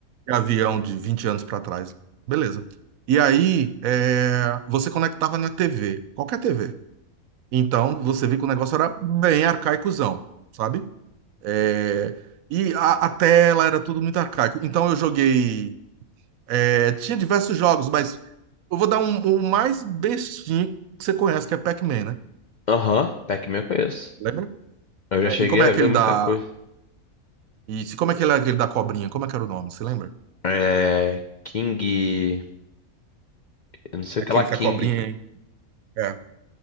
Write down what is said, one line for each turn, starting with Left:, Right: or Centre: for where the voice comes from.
Right: de avião de 20 anos para trás. Beleza. E aí, é, você conectava na TV, qualquer TV. Então, você viu que o negócio era bem arcaicozão, sabe? É, e a, a tela era tudo muito arcaico. Então, eu joguei. é, tinha diversos jogos, mas eu vou dar um, o mais bestinho que você conhece, que é Pac-Man, né?
Left: Aham, Pac-Man eu conheço.
Right: Lembra?
Left: Eu já
Right: É,
Left: cheguei
Right: e como
Left: a
Right: é aquele
Left: ver muita
Right: da
Left: coisa.
Right: E se- como é que ele é aquele da cobrinha? Como é que era o nome? Você lembra?
Left: É. King. Eu não sei
Right: Aquele
Left: o que lá, King.
Right: que a cobrinha. É.